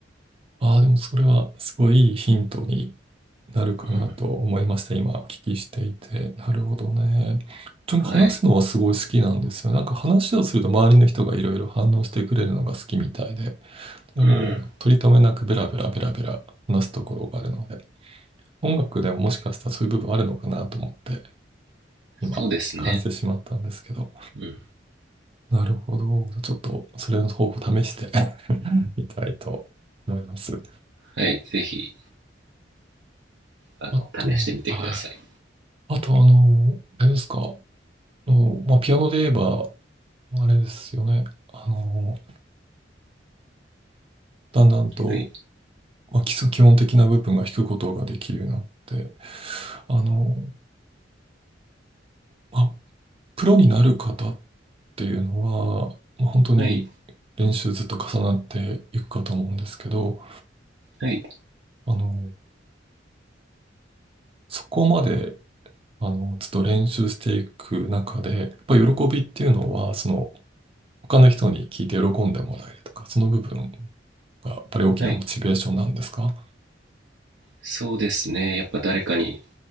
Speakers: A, on the right; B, on the right.
A: ああ、でもそれは、すごいいいヒントになるかなと思いました。
B: うん、
A: 今お聞きしていて。なるほどね。ちょ、話すのはすごい好きなんですよ。
B: はい、
A: なんか話をすると周りの人がいろいろ反応してくれるのが好きみたいで、でも取り留めなくベラベラベラベラ話すところがあるので、
B: うん、
A: 音楽でももしかしたらそういう部分あるのかなと思って今感じてしまったんですけど、
B: そうですね、うん、
A: なるほど。ちょっとそれの方法を試して <laughs> みたいと思います。
B: はいぜひあの試してみてください
A: あと、ああとあの、あれですか、あのまあ、ピアノで言えば、あれですよね。あの、だんだんと、
B: はい
A: まあ、基礎基本的な部分が弾くことができるようになって、あの、まあ、プロになる方っていうのは、まあ、本当に練習ずっと重なっていくかと思うんですけど、
B: はいはい
A: あの、そこまで、あの、ずっと練習していく中で、やっぱり喜びっていうのは、その、他の人に聞いて喜んでもらえるとか、その部分がやっぱり大きなモチベーションなんですか
B: はいそうですねやっぱ誰かに